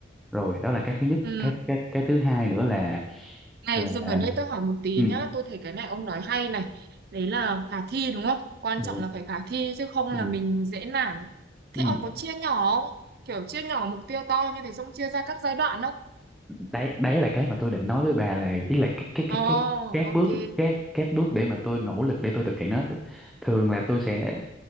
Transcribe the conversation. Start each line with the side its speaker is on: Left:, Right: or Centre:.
Centre: rồi đó là cái thứ nhất
Right: ừ.
Centre: cái cái cái thứ hai nữa là
Right: Này,
Centre: là
Right: dừng ở đây tôi hỏi một tí
Centre: ừ,
Right: nhá, tôi thấy cái này ông nói hay này. Đấy là khả thi đúng không? Quan
Centre: được.
Right: trọng là phải khả thi chứ không
Centre: Ừ.
Right: là mình dễ nản. Thế
Centre: Ừ,
Right: ông có chia nhỏ không? Kiểu chia nhỏ mục tiêu to như thế xong chia ra các giai đoạn không?
Centre: đấy đấy là cái mà tôi định nói với bà là ý là các các
Right: Ồ,
Centre: các các các
Right: ok.
Centre: bước các các bước để mà tôi nỗ lực để tôi thực hiện nó thường là tôi sẽ